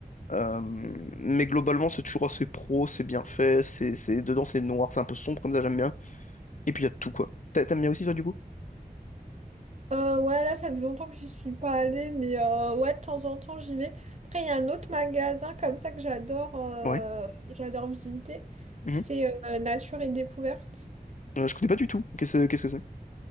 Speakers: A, on the left; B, on the right.
A: Euh, mais globalement, c'est toujours assez pro, c'est bien fait, c'est, c'est, dedans c'est noir, c'est un peu sombre comme ça, j'aime bien. Et puis il y a tout quoi. T'a- T'aimes bien aussi toi du coup?
B: Euh, ouais, là, ça fait longtemps que j'y suis pas allée, mais euh, ouais, de temps en temps, j'y vais. Après, il y a un autre magasin comme ça que j'adore euh,
A: Ouais.
B: j'adore visiter.
A: Mhm.
B: C'est euh, Nature et Découverte.
A: Euh, je connais pas du tout. Qu'est-ce, qu'est-ce que c'est?